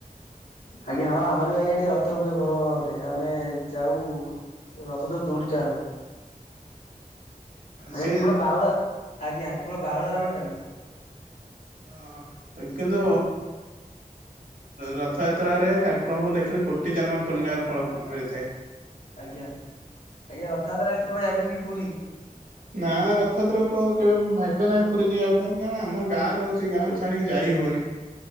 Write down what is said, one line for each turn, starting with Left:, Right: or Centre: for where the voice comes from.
Left: ଆଜ୍ଞା ହଁ ଆମର ବି ଆଜ୍ଞା ଏଠି ରଥ ହୁଏ ଭଲ ଭାବରେ ଆମେ ଯାଉ ରଥଚ ଦୌଡ଼ି ଟାଣୁ। ଆଜ୍ଞା
Right: ସେ
Left: କେବଳ ବାହୁଡା ଆଜ୍ଞା କେବଳ ବାହୁଡାରେ ଆମେ ଟାଣୁ।
Right: ଓ ହୋ କିନ୍ତୁ
Left: ଆଜ୍ଞା
Right: ରଥଯାତ୍ରରେ ଠାକୁରଙ୍କୁ ଦେଖିଲେ କୋଟି ଜନ୍ମ ପୁର୍ଣ ର ଫଳ ମିଳିଥାଏ।
Left: ଆଜ୍ଞା ଆଜ୍ଞା ରଥଯାତ୍ରା ସେ ଯାଇଛନ୍ତି କି ପୁରୀ?
Right: ନା ରଥଯାତ୍ରାକୁ କେବେ ଭାଗ୍ୟ ନାହିଁ ପୁରୀ ଯିବା ପାଇଁ କାରଣ ଆମ ଗାଁ ର ହଛି ସେ ଗାଁ ଛାଡିକି ଯାଇ ହଉନି।